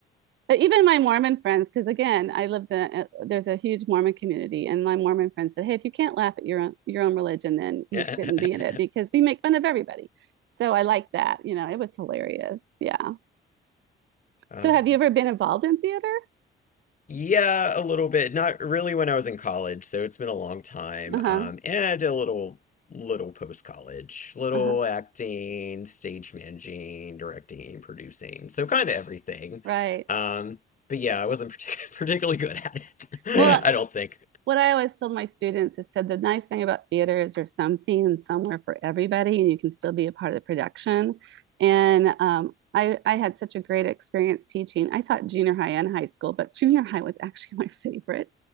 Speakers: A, on the right (about 70°); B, on the left (about 40°).
A: But even my Mormon friends, because again, I live the uh, there's a huge Mormon community, and my Mormon friends said, "Hey, if you can't laugh at your own, your own religion, then you
B: <laughs>
A: shouldn't be in it because we make fun of everybody." So I like that. You know, it was hilarious. Yeah.
B: Um,
A: So have you ever been involved in theater?
B: Yeah, a little bit. Not really when I was in college, so it's been a long time.
A: Uh-huh.
B: Um, and I did a little, little post-college, little
A: Uh-huh.
B: acting, stage managing, directing, producing, so kind of everything.
A: Right.
B: Um, but yeah, I wasn't partic- <laughs> particularly good at it.
A: Well,
B: <laughs> I don't think.
A: what I always told my students is said the nice thing about theater is there's something and somewhere for everybody, and you can still be a part of the production. And um, I, I had such a great experience teaching. I taught junior high and high school, but junior high was actually <laughs> my favorite